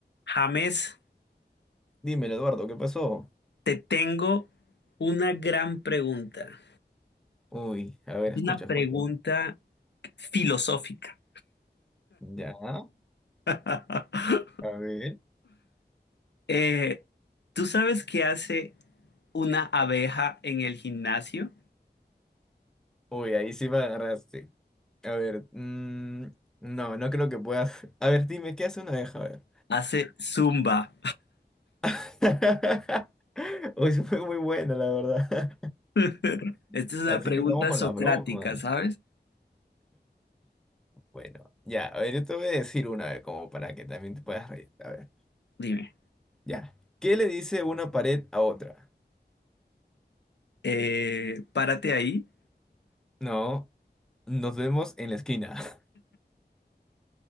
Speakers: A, on the left; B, in the centre.
A: James,
B: Dímelo, Eduardo, ¿qué pasó?
A: te tengo una gran pregunta.
B: Uy, a ver,
A: Es
B: escucha,
A: una pregunta
B: escucha.
A: filosófica.
B: Ya, a
A: <laughs>
B: ver.
A: Eh, ¿tú sabes qué hace una abeja en el gimnasio?
B: Uy, ahí sí me agarraste. A ver, mm, no, no creo que puedas. <laughs> A ver, dime, ¿qué hace una abeja? A ver.
A: Hace zumba.
B: <laughs> Uy, eso fue muy buena, la verdad.
A: <laughs> Esta
B: <laughs>
A: es una
B: Así
A: pregunta
B: que estamos con
A: socrática,
B: las bromas.
A: ¿sabes?
B: Bueno, ya, a ver, yo te voy a decir una vez, como para que también te puedas reír. A ver,
A: Dime.
B: ya. ¿Qué le dice una pared a otra?
A: Eh, párate ahí
B: No, nos vemos en la esquina. <laughs>